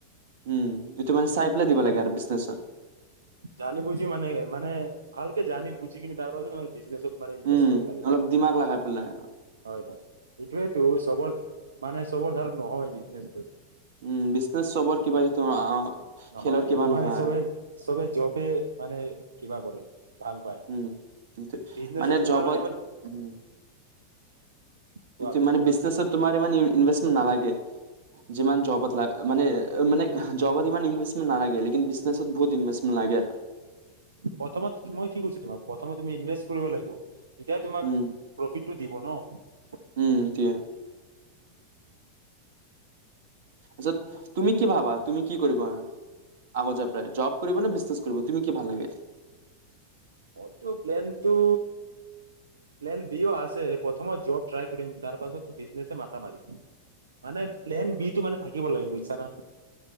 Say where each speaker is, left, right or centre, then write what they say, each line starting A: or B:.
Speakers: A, on the right; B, on the right.
A: উম। ত মানে চাই পেলাই দিব
B: মানে
A: লাগে আৰু বিজনেছৰ।
B: জানি বুজি মানে মানে ভাল কে জানি বুজি কিনে তাৰ পাছত মানে বিস্নেছ মানে ইনভেষ্ট
A: উম,
B: কৰিব লাগে
A: অলপ
B: ন।
A: দিমাগ লগাই পেলাই
B: হয় হয় এইটোৱো চবত মানে চবৰ ধাৰণ নহয় বিজনেচ টো।
A: উম বিচনেচ চবৰ। কিবা সেইটো অ,
B: নহয়
A: খেলৰ কিবা
B: এইটো
A: নহয়
B: কাৰণে চবে
A: আৰু।
B: চবে জবে মানে, কিবা কৰে। ভাল পায়
A: উম কিন্তু
B: বিজনেচত
A: মানে
B: তোমাৰ
A: জবত
B: ইমান
A: হম
B: কোৱা
A: টো
B: কোৱা
A: মানে বিজনেছ তোমাৰ ইমান এনভেছমেণ্ট নালাগে যিমান জবত লা মানে মানে জবত ইমান এনভেছমেণ্ট নালাগে লেকিন বিজনেছত বহুত এনভেছমেণ্ট লাগে
B: প্ৰথমত মই কি কৈছো তোমাক প্ৰথমত তুমি ইনভেষ্ট কৰিব লাগিব তেতিয় তোমাক
A: উম,
B: প্ৰফিটটো দিব ন
A: উম, সেইটোৱে যত তুমি কি ভাবা তুমি কি কৰিবা আগত য জব কৰিবা নে বিজনেছ কৰিব তুমি কি ভাল লাগে
B: মই ত প্লেন টো প্লেন বি আ ছে প্ৰথমত জব ট্ৰাই তাৰ পাছত বিজনেছ মাথা মাৰিম মানে প্লেন বি টো মানে থাকিব লাগে বুইছা না